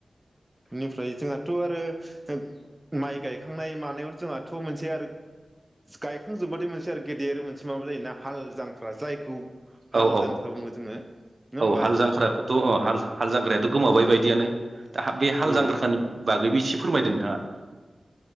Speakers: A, on the right; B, on the right.
A: इनिफ्राय जोंङा थ' आरो ओ माइ गाय गायखांनाय मानायाव जोंहाथ' मोनसे आरो गायखांजोब्बाथाय मोनसे आरो गेदेर मोनसे माबा जायोना हाल जांख्रा जायखौ हाल
B: औ औ
A: जांख्रा बुङो जोङो नङा होमबा
B: औ हाल जांख्राखौथ' हाल जांख्रायाथ' गोमावाबाय बायदियानो। दा बे हाल
A: औ
B: जांग्राखानि बागैबो एसे फोरमायदो नोंथाङा।